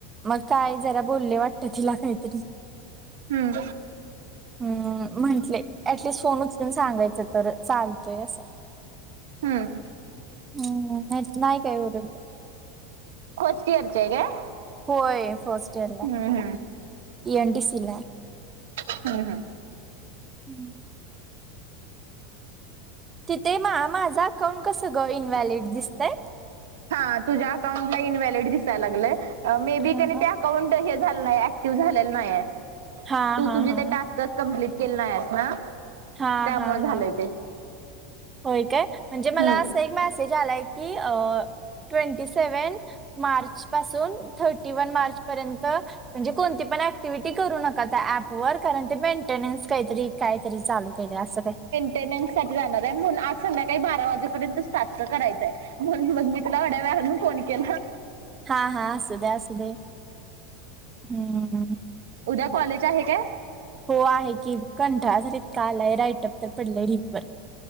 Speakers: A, on the right; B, on the right.
A: मग काय जरा बोलें वाटत तिला काहीतरी
B: हुं.
A: हुं म्हंटले ऍटलिस्ट फोन उचलून सांगायचं तर चालतयं असं.
B: हुं.
A: हुं नीयीत नाय काय ओरडले.
B: खोजकीयरची हाय काय?
A: होय फर्स्ट इयरयं.
B: हुं हुं.
A: एन डी सी ला
B: हुं हुं.
A: हम्म. तिथे मां माझं अकाऊंट कसं गं इनव्हॅलिड दिसतयं?
B: हां तुझ्या अकाउंटला इनव्हॅलिड दिसाय लागलंय मे
A: हा
B: बी कनी त्या काउंट हें झालं नायायं ऍक्टिव्ह झालेलं नायायं
A: हा
B: तू
A: हा
B: तुझी
A: हा
B: ते टास्क कंप्लीट केलं नायास नां
A: हा हा
B: त्यामुळे
A: हा
B: झालंय
A: हा
B: ते.
A: होय काय? म्हणजे मला
B: हम्म
A: असा एक मेसेज आलाय की ट्वेंटी सेव्हन मार्च पासून थर्टी वन मार्च पर्यंत म्हणजे कोणती पण एक्टिव्हिटी करू नका त्या ॲप वर कारण ते मेंटेनन्स काहीतरी काहीतरी चालू केलय असं काय.
B: अेंडन्स साठी जाणारयं म्हणून आज संध्याकाळी बारा वाजेपर्यंतच टास्क करायचंय असयं म्हणून मग मी तुला एवढ्या वेळानं फोन केला.
A: हां हां असुदे असुदे हुं.
B: उद्या कॉलेज आहे काय?
A: हों आहे की कंटाळा तर इतका आलाय राईट अप तर पडलयं ढीगभर.